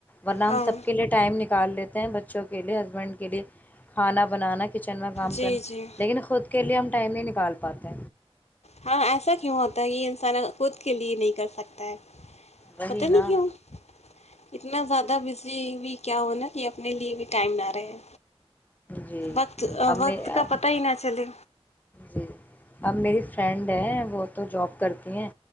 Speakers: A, on the left; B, on the left.
A: ورنہ
B: ہاں
A: ہم سب کے لیے ٹائم نکال لیتے ہیں بچوں کے لیے ک ب
B: جی جی
A: کا ٹائم نہیں نکال پاتا
B: ہاں ایسا کیوں ہوتا ہے یہ انسان خود کے لیے نہیں کر سکتا ہے
A: وہی
B: پتاہ
A: نا
B: نہیں کہ وہ اتنا زیادہ بزی ہوئی کیا ہو نا کہ اپنے لیے بھی ٹائم نہ رہے
A: جی
B: وقت
A: اب میں
B: وقت کا پتا ہی نہ چلے
A: جی اب میری فرینڈ ہے وہ تو جاب کرتی ہیں